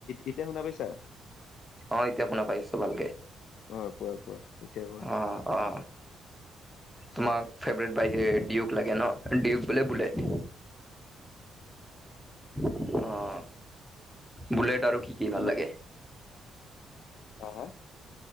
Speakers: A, on the left; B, in the centre.
A: এতিয়া শুনা পাইছা?
B: অঁ এতিয়া শুনা পাইছো ভালকে,
A: অ কোৱা কোৱা এতিয়া কোৱা
B: অঁ অঁ। তোমাক ফেভাৰেট বাইকে ডিউক লাগে ন ডিউক বোলে বুলেট? অঁ বুুলেট আৰু কি কি
A: তোমাৰ
B: ভাল লাগে?
A: হা হা